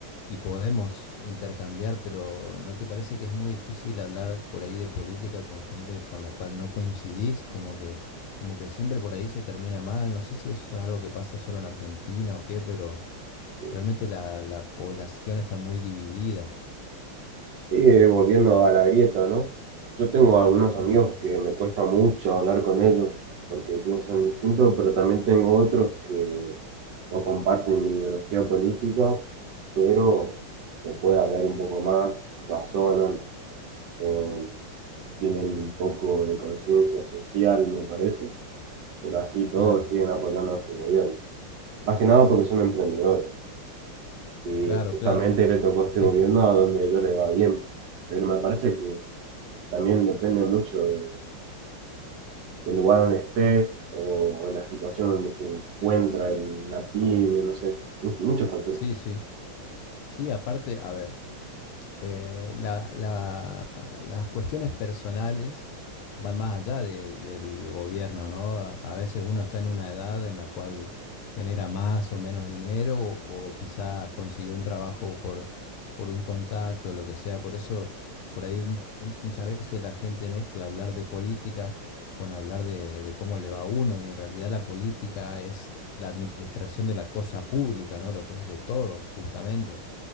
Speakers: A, on the left; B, on the right.
A: y podemos intercambiar, pero ¿no te parece que es muy difícil hablar por ahí de política con gente con la cual no coincidís? Como que, como que siempre por ahí se termina mal. No sé si eso es algo que pasa solo en Argentina o qué, pero
B: Sí.
A: realmente la, la población está muy dividida.
B: Sí, eh, volviendo a la grieta, ¿no? Yo tengo algunos
A: Ujú,
B: amigos que me cuesta mucho hablar con ellos porque piensan distinto, pero también tengo otros que no comparten mi ideología política, pero se puede hablar un poco más, razonan, eh, tienen un poco de conciencia social, me parece, pero así todos
A: Claro,
B: siguen apoyando a este gobierno. Más que nada porque son emprendedores. Y
A: claro,
B: justamente
A: claro.
B: le tocó a este
A: Es,
B: gobierno a donde a ellos les va bien. Pero me parece que también depende mucho de- del lugar donde estés o en la situación donde se encuentra el- la pyme, no sé, mu- muchos factores.
A: sí, sí. Sí, aparte, a ver, eh, la- la- las cuestiones personales van más allá de- del gobierno, ¿no? A, a veces uno está en una edad en la cual genera más o menos dinero o, o quizá consiguió un trabajo por, por un contacto, lo que sea. Por eso, por ahí mu- muchas veces la gente mezcla hablar de política con hablar de, de cómo le va a uno y en realidad la política es la administración de la cosa pública, ¿no? Lo que es de todos, justamente.